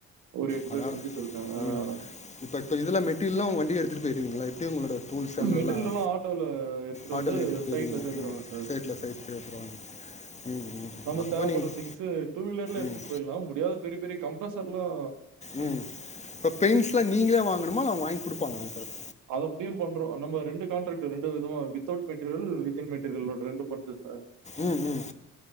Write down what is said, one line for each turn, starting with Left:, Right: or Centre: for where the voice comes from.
Right: ஒரு
Left: அதனால
Right: பேர் செஞ்சுட்டு இருக்காங்க
Left: ம்
Right: வேல.
Left: இப்பட்டு இதுல மெட்டிரியல்லாம் அவுங்க வண்டில எடுத்துட்டு போயிருவீங்களா எப்டி ம் உங்களோட டூல்ஸ் அதெல்லாம்
Right: மெட்டிரியல்லாம் ஆட்டோல எடுத்துட்டு
Left: ஆட்டோவில்
Right: வந்து
Left: எடுத்துகிட்டு போயிடுவீங்க
Right: சைட்ல சேத்துருவாங்க
Left: ம்
Right: சார்
Left: சைட்டில் சைட் எடுத்துருவாங்க ம் ம்
Right: நம்ம
Left: அப்பப்போ
Right: தேவைப்படுற
Left: நீங்கள்
Right: திங்க்ஸ் டூ வீலர்ல எடுத்துட்டு
Left: ம்
Right: போயிலாம் முடியாத பெரிய பெரிய கம்பர்சளாம்
Left: ம் இப்ப பெயிண்ட்ஸ்லாம் நீங்களே வாங்கணும அவங்க வாங்கி குடுப்பாங்களாங் சார்
Right: அத அப்படியும் பண்றோம் நம்ம ரெண்டு காண்ட்ரக்ட்டு ரெண்டு விதமா வித்தவுட் மெட்டீரியல் ஒன்னு வித்தின் மெட்டீரியல் ரெண்டு பண்றோ சார்
Left: ம் ம்